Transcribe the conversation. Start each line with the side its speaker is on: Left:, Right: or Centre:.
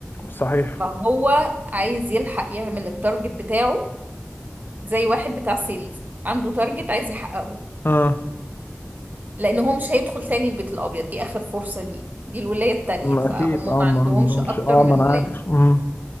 Left: صحيح
Right: فهو عايز يلحق يعمل التارجت بتاعه زي واحد بتاع سيلز عنده تارجت عايز يحققه
Left: اه
Right: لان هو مش هيدخل تاني البيت الابيض دي اخر فرصة ليه دي الولاية التانية
Left: مم،
Right: فهم
Left: اكيد
Right: ما
Left: اه ما
Right: عندهمش
Left: عندهمش
Right: اكتر
Left: اه
Right: من
Left: ما انا
Right: ولاية
Left: عارف مم.